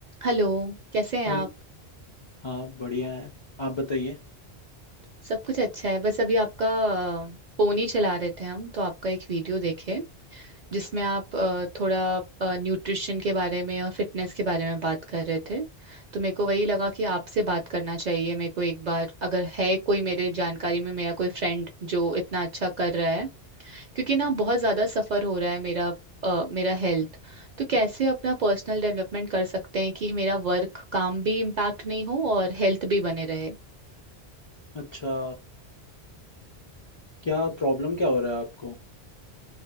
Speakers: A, on the right (about 55°); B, on the left (about 40°).
A: Hello कैसे हैं
B: चल
A: आप
B: हाँ बढ़िया है आप बताइए
A: सब कुछ अच्छा है बस अभी आपका फोन ही चला रहे थे हम तो आपका एक वीडियो देखे जिसमें आप अ, थोड़ा न्यूट्रिशन के बारे में और फिटनेस के बारे में बात कर रहे थे तो मेरे को वही लगा कि आपसे बात करना चाहिए मेरे को एक बार अगर है कोई मेरे जानकारी में मेरा कोई फ्रेंड जो इतना अच्छा कर रहा है क्योंकि ना बहुत ज़्यादा सफ़र हो रहा है मेरा अ, मेरा हेल्थ तो कैसे अपना पर्सनल डेवलपमेंट कर सकते हैं कि मेरा वर्क काम भी इम्पैक्ट नहीं हो और हेल्थ भी बने रहे
B: अच्छा क्या प्रॉब्लम क्या हो रहा है आपको